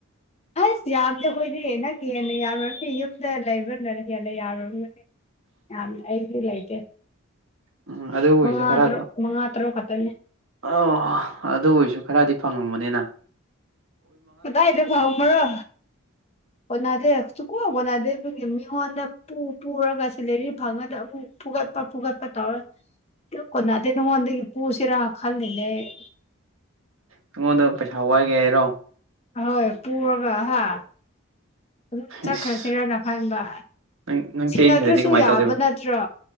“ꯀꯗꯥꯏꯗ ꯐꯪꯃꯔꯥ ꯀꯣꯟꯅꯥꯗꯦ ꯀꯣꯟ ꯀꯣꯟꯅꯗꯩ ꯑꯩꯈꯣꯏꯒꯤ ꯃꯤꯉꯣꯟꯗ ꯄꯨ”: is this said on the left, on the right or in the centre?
Left